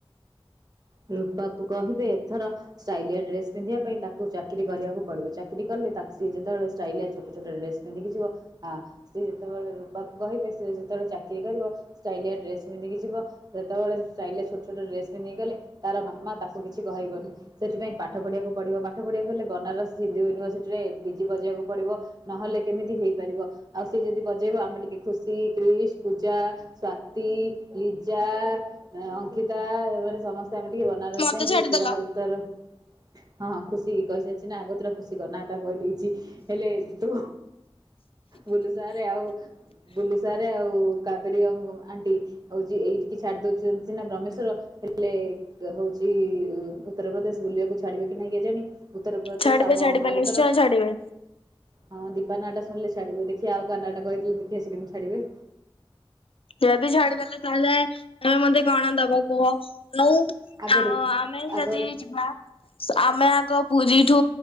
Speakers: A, on the right; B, on the left.
A: ରୂପା କୁ କହିବେ ଏଥର ଷ୍ଟାଇଲିଆ ଡ୍ରେସ୍ ପିନ୍ଧିବା ପାଇଁ ତାକୁ ଚାକିରି କରିବାକୁଡିବ। ଚାକିରୀ କଲେ ତାକୁ ସିଏ ଯେତେବେଳେ ଷ୍ଟାଇଲିଆ ଛୋଟ ଛୋଟ ଡ୍ରେସ ପିନ୍ଧିକି ଯିବ। ଆ ସେ ଯେତେବେଳେ ରୂପାକୁ କହିବେ ସେ ଯେତେବେଳେ ଚାକିରି କରିବ ଷ୍ଟାଇଲିଆ ଡ୍ରେସ ବି ପିନ୍ଧିକି ଯିବ। ଯେତେବେଳେ ଷ୍ଟାଇଲିଆ ଛୋଟ ଛୋଟ ଡ୍ରେସ ବି ପିନ୍ଧିକି ଗଲେ ତାର ମାମା ତାକୁ କିଛି କହିବନି। ସେଥିପାଇଁ ପାଠ ପଢ଼ିବାକୁ ପଢିବ। ପାଠ ପଢ଼ିବାକୁ ହେଲେ ବନାରସ ହିନ୍ଦୁ ୟୁନିଭର୍ସିଟିରେ ପି ଜି ବଜେଇବାକୁ ପଡ଼ିବ। ନହେଲେ କେମିତି ହେଇପାରିବ। ଆଉ ସିଏ ଯଦି ବଜେଇବ ଆମେ ଟିକେ ଖୁସି, କ୍ରିଶ୍, ପୂଜା ସ୍ଵାତୀ, ଲିଜା, ଅଙ୍କିତା ଏମାନେ ସମସ୍ତ ତ ଆମେ ଟିକେ ବନାରସ
B: ମତେ
A: ଯାଇକି
B: ଛାଡିଦେଲ।
A: ପୁରା ତର ହଁ ଖୁସି କହିସାରିଚି ନା। ଆଗତୁରା ଖୁସି କର ନାଁ ଟା କହିଦେଇ ଚି ହେଲେ ତୁ ବୁଲୁ ସାରେ ଆଉ ବୁଲୁ ସାରେ ଆଉ କାବେରୀ ଅ-ଆଣ୍ଟି ହଉଚି ଏଇଠିକି ଛାଡି ଦଉଚନ୍ତି ସିନା ବ୍ରହ୍ମେମେଶ୍ଵର ହେଲେ କ୍ ହଉଚି ଉତ୍ତରପ୍ରଦେଶ ବୁଲିବାକୁ ଛାଡିବେ କି ନାହିଁ କେ କେଜାଣି। ଉତ୍ତରପ୍ରଦେଶ
B: ଛାଡିବେ
A: ଆମ
B: ଛାଡିବେ
A: ଭାରତର
B: ନିଶ୍ଚୟ ଛାଡିବେ
A: ହଁ ଦୀପା ନାଁ ଟା ଶୁଣିଲେ ଛାଡିବେ। ଦେଖିବା ଆଉ କାହା ନାଁ ଟା କହିଥିଲେ ଦେଖିଆ ସେ କେମିତି ଛାଡିବେ?
B: ଯଦି ଛାଡିଦେଲେ ତାହେଲେ ତମେ ମତେ କଣ ଦବ କୁହ। ନଉ
A: ଆଗରୁ
B: ଆଉ ଆମେ
A: ଆଗ
B: ଯଦି ଯିବା ଆମେ ଆଗ ପୁରୀଠୁ